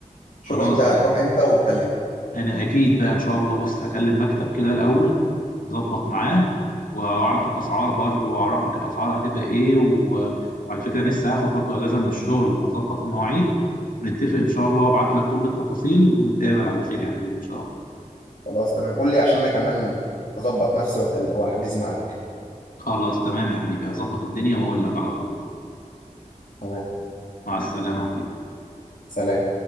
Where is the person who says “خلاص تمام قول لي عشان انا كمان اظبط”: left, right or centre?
Left